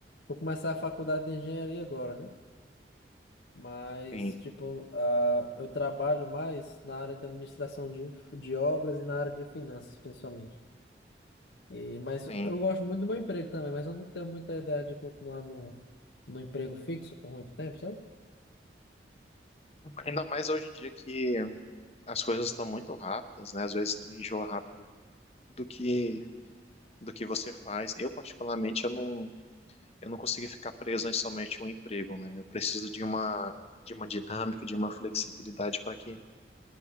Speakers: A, on the left (about 80°); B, on the left (about 35°).
A: vou começar a faculdade de engenharia agora, né? Mas,
B: sim,
A: tipo, ah, eu trabalho mais na área de administração de, de obras e na área de finanças, principalmente. E, mas
B: sim.
A: eu gosto muito do meu emprego também, mas eu não tenho muita ideia de continuar no, no emprego fixo por muito tempo, sabe?
B: Ainda mais hoje em dia que as coisas estão muito rápidas, né? Às vezes tu enjoa rápido do que do que você faz. Eu particularmente eu não eu não consigo ficar preso em somente um emprego, né? Eu preciso de uma de uma dinâmica, de uma flexibilidade para que